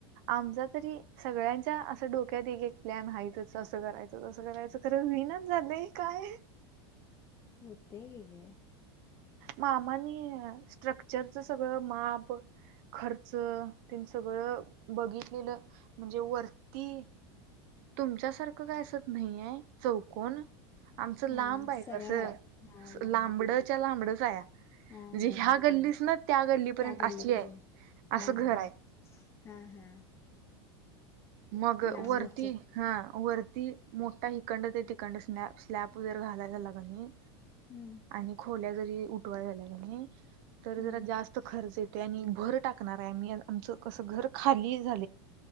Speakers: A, on the right; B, on the left.
A: आमचा तरी सगळ्यांच्या असं डोक्यात एक एक प्लॅन हच असं करायचं तसं करायचं तर विना जात काय
B: होत ग आहे
A: मामानी स्ट्रक्चरच सगळं माप खर्च त्यां सगळं बघितलेलं म्हणजे वरती तुमच्यासारखं काय असत नाहीय चौकण आमचं लांब
B: हा
A: आहे
B: सरळ
A: कसं
B: आहे हा लांब
A: लांबडच्या लांबडंच आहे म्हणजे
B: हा हा
A: ह्या गल्लीस ना त्या गल्लीपर्यंत
B: गल्लीपर्यंत
A: असली आहे असं
B: हा
A: घर
B: हा
A: आहे
B: हा हा
A: मग
B: लांबलचक
A: वर्ती हा वरती मोठा हिकंड ते तिकंड स्लॅ स्लॅप वगैरे घालायला लागणी
B: हम्म
A: आणि खोल्या जरी उठवा झाल्या तर
B: हा
A: जरा जास्त खरेत आणि भर टाकणार आ आमच क घर खाली झा